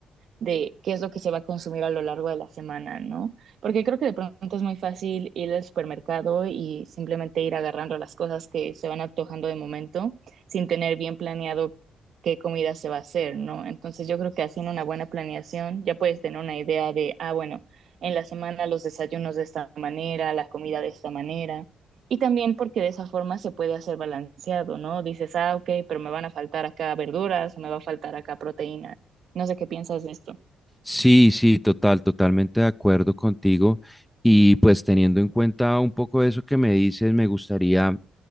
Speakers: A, on the right; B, in the centre.
A: de qué es lo que se va a consumir a lo largo de la semana, ¿no? Porque creo que de pronto es muy fácil ir al supermercado y simplemente ir agarrando las cosas que se van antojando de momento sin tener bien planeado qué comida se va a hacer, ¿no? Entonces yo creo que haciendo una buena planeación ya puedes tener una idea de, ah, bueno, en la semana los desayunos de esta manera, la comida de esta manera. Y también porque de esa forma se puede hacer balanceado, ¿no? Dices, ah, ok, pero me van a faltar acá verduras, o me va a faltar acá proteína. No sé qué piensas de esto.
B: Sí, sí, total, totalmente de acuerdo contigo. Y pues teniendo en cuenta un poco eso que me dices, me gustaría